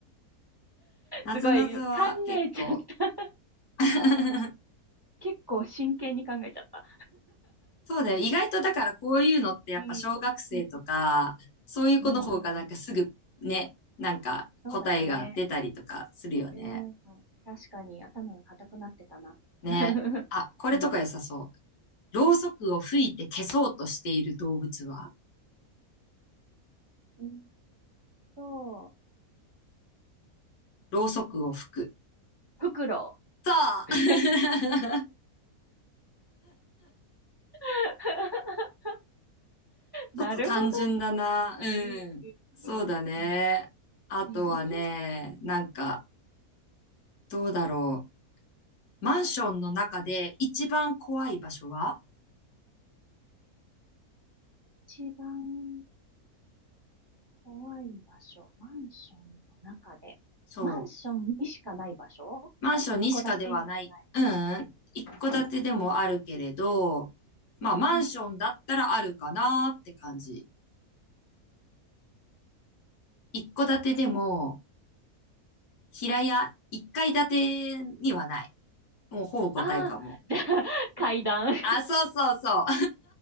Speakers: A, on the left; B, on the right.
A: なぞなぞは結構。
B: すごい、考えちゃった。
A: <laughs>
B: 結構真剣に考えちゃった。
A: そうだよ。意外とだからこういうのってやっぱ小学生とか、
B: うん。うん。
A: そういう子の方がなんかすぐね、
B: うんうんうん
A: なんか答えが出たりとかするよね。
B: そうだね。うん。確かに頭が固くなってたな。
A: ね。
B: <laughs>
A: あ、これとか良さそう。
B: うん。
A: ろうそくを吹いて消そうとしている動物は
B: うんそう。
A: ろうそくを吹く。
B: フクロ
A: そう
B: ウ。
A: <laughs>
B: <laughs> なるほど
A: ちょっと単純だな。うん。
B: ね。
A: そうだね。
B: うん
A: あとはね、
B: うん。うん。
A: なんか、どうだろう。マンションの中で一番怖い場所は
B: 一番怖い場所、マンションの中で、
A: そう。
B: マンションにしかない場所一戸建てにはない。
A: マンションにしかではない。うん。一戸建てでもあるけれど、まあ、マンションだったらあるかなって感じ。
B: うん、
A: 一戸建てでも、平屋、一階建てにはない。もうほぼ答えかも。
B: ああ、じゃあ、階段。
A: あ、そうそうそう。